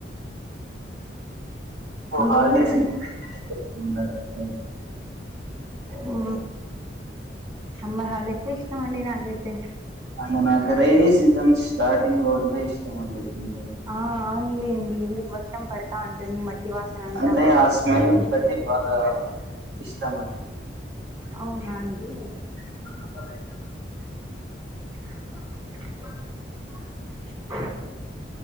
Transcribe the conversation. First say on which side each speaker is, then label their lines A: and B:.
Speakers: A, on the right; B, on the right.
A: హాలిడేస్
B: వింటర్
A: <unintelligible>
B: ఉ సమ్మర్ హాలిడేస్ ఏ ఇష్ట మండి నాకైతే
A: అంటే నాకు రైనీ సీజన్ స్టార్టింగ్ లో అంటే ఇష్టం అండి కొంచెం
B: ఆ అవునులేండి ఎందుకు వర్షం పడతా ఉంటుంది మట్ మట్టి వాసన అంతా
A: అంటే
B: బావస్తుంది
A: ఆ స్మెల్ బట్టి బాగా ఇష్టం అండి
B: అవునా అండి
A: అ
B: <unintelligible>